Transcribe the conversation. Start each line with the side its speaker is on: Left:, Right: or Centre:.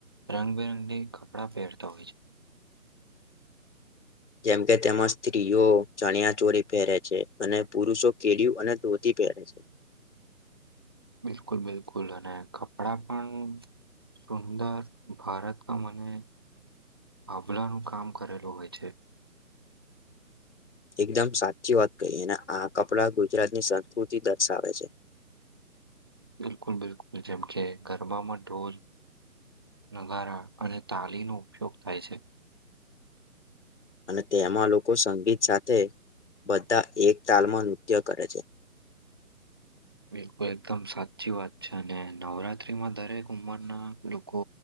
Right: રંગબેરંગી કપડાં પહેરતા હોય છે.
Left: જેમ કે તેમાં સ્ત્રીઓ ચણિયા ચોરી પેરે છે અને પુરુષો કેડીયું અને ધોતી પેર છે
Right: બિલકુલ બિલકુલ અને કપડા પણ સુંદર ભરત ક મને <unintelligible> હાભલાનું કામ કરેલું હોય છે.
Left: એકદમ સાચી વાત કહી અને આ કપડાં ગુજરાતની સંસ્કૃતિ દર્શાવે છે.
Right: બિલકુલ બિલકુલ જેમ કે ગરબામાં ઢોલ નગારા અને તાલીનો ઉપયોગ થાય છે.
Left: અને તેમાં લોકો સંગીત સાથે બધા એકતાલમાં નૃત્ય કરે છે.
Right: <inaudible> બિલકુલ એકદમ સાચી વાત છે અને નવરાત્રીમાં દરેક ઉંમરના લોકો